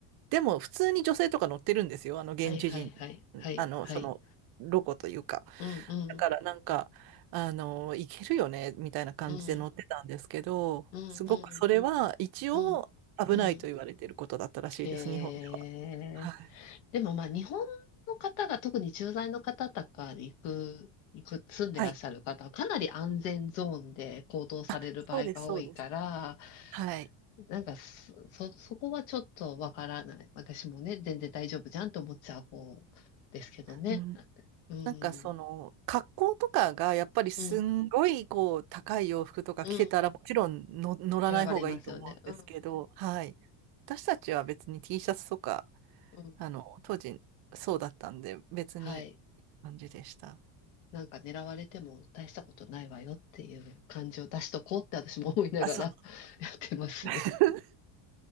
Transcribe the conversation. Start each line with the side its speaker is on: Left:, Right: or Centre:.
Right: でも、普通に女性とか乗ってるんですよ、あの現地人、
Left: あ、はいはいはいはいはい。
Right: あの、その、ロコというか。
Left: うんうん
Right: だからなんか、あの、いけるよね、みたいな感じで乗ってたんですけど、
Left: うんうんうん
Right: すごくそれは一応危ないと言われていることだったらしいです、
Left: うんうん。へえ。
Right: 日本では。はい。
Left: でもまあ日本の方が特に駐在の方とかに行く、行く、住んでらっしゃる方はかなり安全ゾーンで行動される場合が多いから、
Right: はいあそうです、そうです。はい。
Left: なんかそ、そそこはちょっとわからない。私もね、全然大丈夫じゃんと思っちゃう方ですけどね。
Right: うん、
Left: うん、
Right: なんかその、格好とかがやっぱりすんごいこう、
Left: うん、
Right: 高い洋服とか着てたらもちろんの乗らない方がいいと思うんですけど、
Left: うん、うん。狙われますよね。うん、
Right: はい。私たちは別に T シャツとか、
Left: うん。
Right: あの、当時そうだったんで、別に
Left: はい。
Right: 感じでした。
Left: なんか狙われても大したことないわよっていう感じを出しとこうって私も思いながら
Right: あ、そう。
Left: <laughs> やってますね。
Right: <laughs>